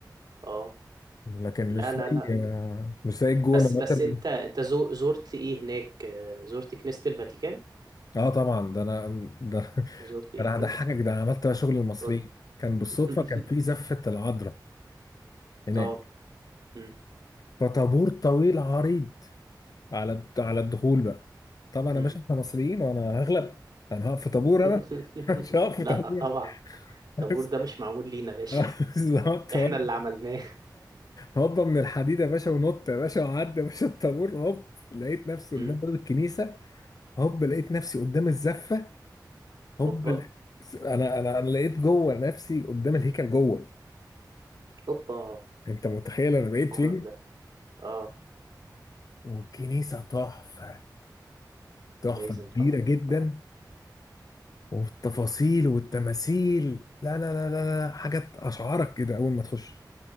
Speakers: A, on the right; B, on the left.
A: اه
B: لكن
A: لا
B: مش
A: لا
B: زي
A: لا
B: آه، مش زي الجونة
A: بس
B: مثلا
A: بس انت انت زو زرت ايه هناك آه، زرت كنيسة الفاتيكان
B: اه طبعا ده انا ده <laughs>
A: زرت ايه
B: انا
A: تاني
B: هضحكك ده انا عملت بقى شغل المصريين
A: قول
B: كان بالصدفة
A: <laughs>
B: كان في زفة العذراء هناك
A: اه امم
B: فطابور طويل عريض على على الدخول بقى طبعا يا
A: امم.
B: باشا احنا مصريين وانا هغلب انا هقف في طابور
A: <laughs>
B: انا <laughs> مش هقف في
A: لا
B: طابور
A: طبعا الطابور
B: <laughs>
A: ده مش معمول لينا يا باشا
B: بالظبط
A: <laughs> احنا
B: هوب
A: اللي عملناه
B: هوبا من الحديد يا باشا ونط يا باشا وعدي يا باشا الطابور هوب لقيت نفسي قدام
A: مم.
B: باب الكنيسه هوب لقيت نفسي قدام الزفه هوب
A: هوبا
B: لقيت- انا انا انا لقيت جوه نفسي قدام الهيكل جوه
A: هوبا
B: انت متخيل انا بقيت
A: الحوار
B: فين
A: ده اه
B: والكنيسه تحفه تحفه
A: لازم
B: كبيره
A: طبعا
B: جدا
A: اه
B: والتفاصيل والتماثيل لا لا لا لا لا حاجات اشعرك كده اول ما تخش